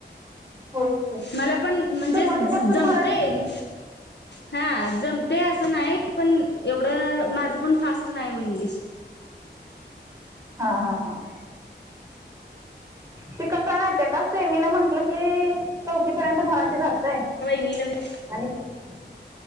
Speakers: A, on the right (about 15°); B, on the left (about 70°).
A: होयच की
B: मला पण म्हणजे
A: सुरुवातीपासून
B: ज जमतेन
A: मराठी
B: हा जमतय असं नाय एवढं माझं पण फास्ट नाय ओ इंग्लिश.
A: हा हा हा. ती कसं आहे माहितीय का सेमीला म्हटलं कि चौथी पर्यंत मराठी राहतय.
B: वहिनीला वी
A: आणीत